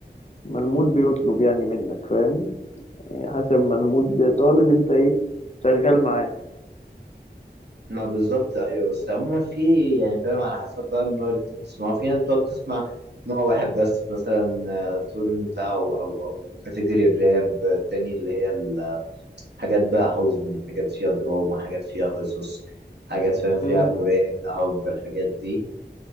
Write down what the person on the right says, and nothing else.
ما بالظبط ايوه بس عموما في يعني فاهم على حسب بقى النوع اللي انت بتسمعه في ناس بتقعد تسمع نوع واحد بس مثلا آه، تون بتاعه او او كاتيجوري الراب آه، التاني اللي هي الحاجات بقى حزن حاجات فيها دراما حاجات فيها قصص حاجات فاهم فيها
فراق حب الحاجات دي